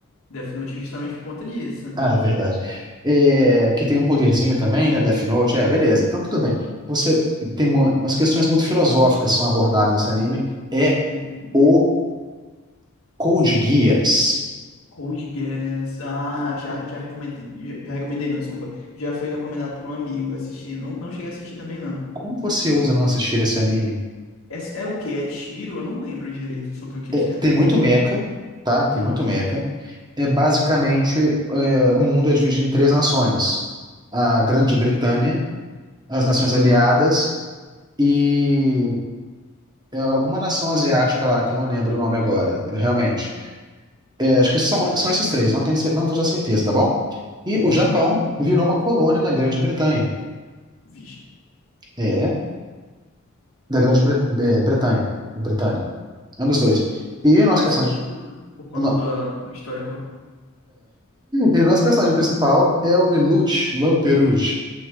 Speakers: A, on the left; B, on the right.
A: Death Note justamente por conta disso.
B: Ah, é verdade. É, que tem um poderzinho também, né? Death Note, é, beleza. Então, tudo bem. Você tem mu- umas questões muito filosóficas que são abordadas nesse anime. É
A: Uhum.
B: o Code Geass.
A: Code Geass. Ah, já, já recomendei. Já, já recomendei, não, desculpa. Já foi recomendado por um amigo assistir. Não, não cheguei a assistir também, não.
B: Como você ousa não assistir esse anime?
A: É, é o quê? É tiro? Eu não lembro direito sobre o que
B: É,
A: que é.
B: tem muito mecha, tá? Tem
A: Uhum.
B: muito mecha. É basicamente, é, o mundo é dividido em três nações: a Grande Bretanha, as Nações Aliadas e é, alguma nação asiática lá que eu não lembro o nome agora, realmente. É, acho que são, são esses três, não tenho, cer- não vou dar certeza, tá bom? E
A: Uhum.
B: o Japão virou uma colônia da Grande Bretanha.
A: Vixe.
B: É, da Grande Bre é, Bretanha. Britânia. É um dos dois. E o nosso
A: Faz
B: personagem,
A: sentido, né? Por conta
B: o no-
A: do, do histórico.
B: e o nosso personagem principal é o Lelouch Lamperouge.